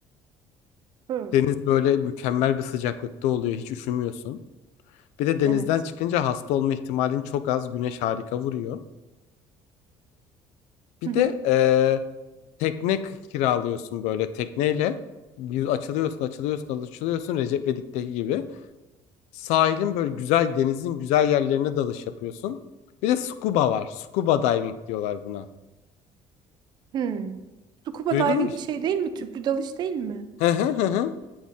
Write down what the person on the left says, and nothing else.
Deniz böyle mükemmel bir sıcaklıkta oluyor. Hiç üşümüyorsun. Bir de denizden
çıkınca hasta olma ihtimalin çok az. Güneş harika vuruyor. Bir
de e, tekne k- kiralıyorsun böyle tekneyle. Bir açılıyorsun, açılıyorsun, açılıyorsun Recep İvedik'teki gibi. Sahilin böyle güzel denizin güzel yerlerine dalış yapıyorsun. Bir de scuba var. Scuba diving diyorlar buna.
Duydun
mu işte?
<laughs>